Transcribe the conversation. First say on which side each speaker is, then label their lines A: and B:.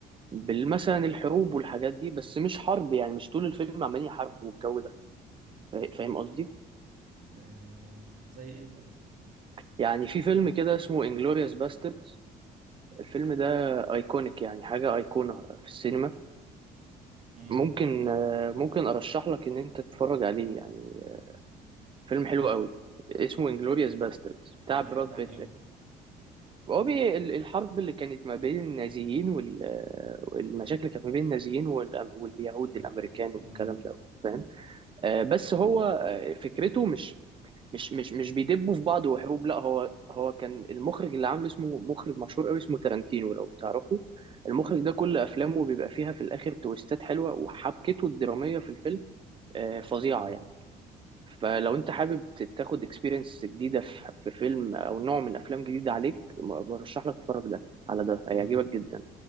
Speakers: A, on the right; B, on the right.
A: بالمثلا الحروب والحاجات دي بس مش حرب يعني مش طول الفيلم عمالين يحاربوا والجو ده فا- فاهم قصدي
B: آه، زي ايه طيب
A: يعني في فيلم كده اسمه انجلوريوس باستردز الفيلم ده ايكونيك يعني حاجة ايقونة في السينما
B: امم
A: ممكن آه، ممكن ارشح لك ان انت تتفرج عليه يعني آه، فيلم حلو قوي اسمه انجلوريوس باستردز
B: طب
A: بتاع
B: بيحكي
A: براد
B: عن
A: بيت
B: ايه
A: هو بي ال- الحرب اللي كانت ما بين النازيين وال آه، والمشاكل اللي كانت ما بين النازيين وال- واليهود
B: لا.
A: الامريكان
B: امم
A: والكلام ده فاهم آه، بس هو آه، فكرته مش مش مش مش بيدبوا في بعض وحروب لا هو هو كان المخرج اللي عامله اسمه مخرج مشهور قوي اسمه تارانتينو لو تعرفه المخرج ده كل افلامه بيبقى فيها في الاخر تويستات حلوه وحبكته الدراميه في الفيلم آه، فظيعة
B: اه
A: يعني فلو انت حابب ت- تاخد اكسبيرينس جديدة في في فيلم او نوع من افلام جديدة عليك م- برشح لك تتفرج ده على ده هيعجبك
B: امم
A: جدا